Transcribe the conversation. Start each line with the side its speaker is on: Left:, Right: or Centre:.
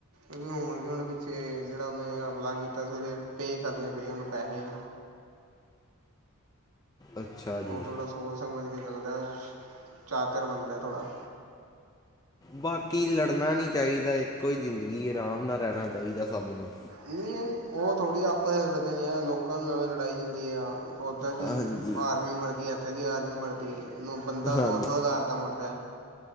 Right: ਹੁਨ ਜੋਨ ਪਿੱਛੇ ਜੇੜਾ ਉਨੇ ਹਮਲਾ ਕੀਤਾ ਸੀ ਉਹਦੇ ਪੇਅ ਕਰਨੇ ਪਏ ਉਹਨੂੰ ਪੈਹੇ।
Left: ਅੱਛਾ ਜੀ
Right: ਓ ਥੋੜ੍ਹਾ ਸੋਚ ਸਮਝ ਕੇ ਚੱਲਦਾ ਚਾਤਿਰ ਬੰਦਾ ਥੋੜ੍ਹਾ।
Left: ਬਾਕੀ ਲੜਨਾ ਨੀ ਚਾਈਦਾ ਇੱਕੋ ਹੀ ਜ਼ਿੰਦਗੀ ਏ ਰਾਮ ਨਾਲ ਰੇਨਾ ਚਾਈਦਾ ਸਭ ਨੂੰ।
Right: ਨੀ ਉਹ ਥੋੜ੍ਹੀ ਆਪਸ ਚ ਲੜਦੇ ਨੇ ਆ ਲੋਕਾਂ ਨੂੰ ਐਵੇਂ ਲੜਾਈ ਜਾਂਦੇ ਆ। ਓਧਰ ਦੀ
Left: ਹਾਂਜੀ
Right: ਆਰਮੀ ਮਰਦੀ ਏ, ਐਥੇ ਦੀ ਆਰਮੀ ਮਰਦੀ ਏ। ਬੰਦਾ
Left: ਹਾਂ
Right: ਨੋਰਮਲ ਘਰ ਦਾ ਮਰਦਾ